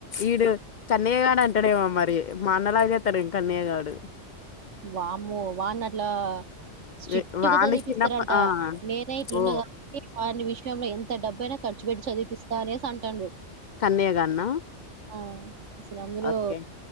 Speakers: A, on the left (about 55°); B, on the right (about 70°).
A: ఈడు కన్నిగగాడంటడేమో మరి మా అన్నలాగచేత్తడు ఇం కన్నేగాడు.
B: వాము వానట్లా స్ట్రిక్ట్
A: వే వాని
B: గా చదివిపిస్తారంట
A: చిన్నప్ప ఆ
B: నేనే ఇట్లున్నా
A: ఓ
B: కాబనీ వాని విషయంలో ఎంత్ ఇంత డబ్బైయినా ఖర్చు పెట్ చదిపిస్తా అనే అంటాన్నారు
A: కన్నయ్యగాన్న
B: ఆ అసలు అందులో
A: ఓకే